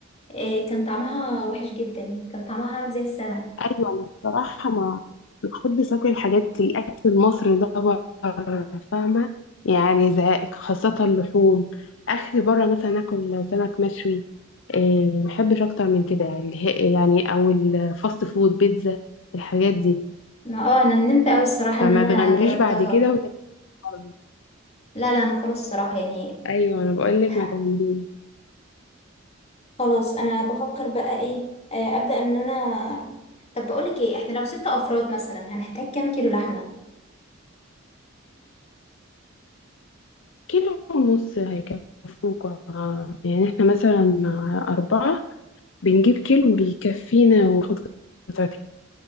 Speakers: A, on the left; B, on the left.
A: إيه كان طعمها وحش جدا كان طعمها عامل زي السمك
B: ايوه انا بصراحه ما ما بحبش اكل الحاجات الاكل المصري ده بره فاهمه يعني زهق خاصه اللحوم اخري بره مثلا اكل سمك مشوي إيه ما بحبش اكتر من كده اللي هي- يعني او الفاست فود بيتزا الحاجات دي
A: ما اه انا ندمت قوي الصراحة ان
B: فما
A: انا
B: تغامريش
A: جربتها
B: بعد كده وتاني مرة.
A: لا لا انا خلاص الصراحة يعني
B: ايوه انا بقول لك
A: ح-
B: ما تغامريش
A: خلاص انا بفكر بقى ايه آه، ابدأ ان انا طب بقولك ايه احنا لو ستة افراد مثلا هنحتاج كام كيلو لحمة
B: كيلو ونص هيكفوك يعني احنا مثلا اربعه بنجيب كيلو بيكفينا وناخد قطعتين